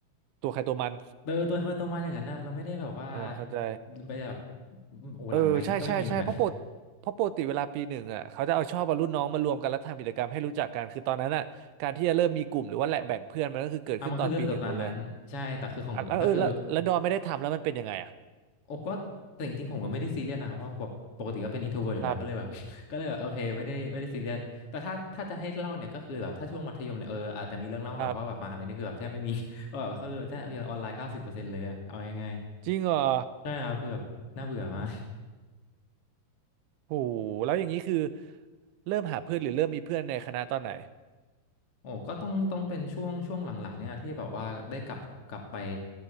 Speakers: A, on the right; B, on the left.
A: ตัวใครตัวมัน
B: เออตัวคนตัวมาอย่างนั้นนะเราไม่ได้แบบว่า
A: เออเข้าใจ
B: ไปแบบโอ้หลังไม้นี่ก็ไม่มีเหมือนกัน
A: เออใช่ใช่ใช่เพราะปกเพราะปกติเวลาปีหนึ่งอ่ะเขาจะเอาชอบเอารุ่นน้องมารวมกันแล้วทำกิจกรรมให้รู้จักกันคือตอนนั้นอ่ะการที่จะเริ่มมีกลุ่มหรือว่าแหละแบ่งเพื่อนมันก็คือเกิดขึ้นตอนปีหนึ่งหมดเลย
B: <laughs> อ่ะมันคือเรื่องจากตอนนั้นใช่แต่คือของก็คือ
A: อ่ะแล้วเออแล้วแล้วดอนไม่ได้ทำแล้วมันเป็นยังไงอ่ะ
B: โอ้ก็แต่จริงๆผมก็ไม่ได้ซีเรียสนะครับเพราะแบบปกติก็เป็น introvert อยู่แล้วก็เลยแบบ
A: ครับ
B: <laughs> ก็เลยแบบโอเคไม่ได้ไม่ได้ซีเรียสแต่ถ้าถ้าจะให้เล่าเนี่ยก็คือแบบถ้าช่วงมัธยมเนี่ยเอออาจจะมีเรื่องเล่ากับเพราะแบบมหาลัยนี่คือแบบแทบไม่มี
A: <laughs> ครับ
B: <laughs> ว่าแบบก็คือแทบจะออนไลน์เก้าสิบเปอร์เซ็นต์เลยอะเอายังไง
A: จริงเหรอ
B: ใช่ครับคือแบบน่าเบื่อมาก
A: โหแล้วอย่างนี้คือเริ่มหาเพื่อนหรือเริ่มมีเพื่อนในคณะตอนไหน
B: โอ้ก็ต้องต้องเป็นช่วงช่วงหลังๆเนี่ยที่แบบว่าได้กลับกลับไป